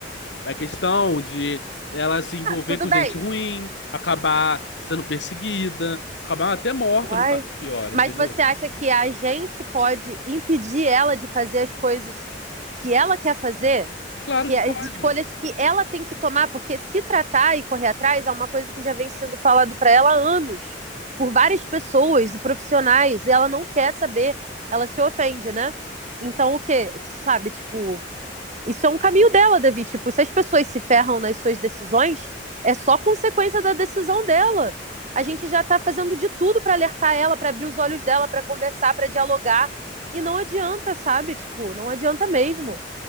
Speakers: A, on the left; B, on the right.
A: É questão de ela se envolver
B: Tudo
A: com gente
B: bem.
A: ruim, acabar sendo perseguida, acabar até morta
B: Uai.
A: num caso pior, entendeu?
B: Mas você acha que a gente pode impedir ela de fazer as coisas que ela quer fazer?
A: Claro
B: Que
A: que
B: as
A: pode.
B: escolhas que ela tem que tomar, porque se tratar e correr atrás é uma coisa que já vem sendo falado para ela há anos, por várias pessoas e profissionais, e ela não quer saber, ela se ofende, né? Então o que, sabe, tipo, Isso é um caminho dela, Davi. Tipo, se as pessoas se ferram nas suas decisões, é só consequência da decisão dela. A gente já está fazendo de tudo para alertar ela, para abrir os olhos dela, para conversar, para dialogar. E não adianta, sabe? Tipo, não adianta mesmo.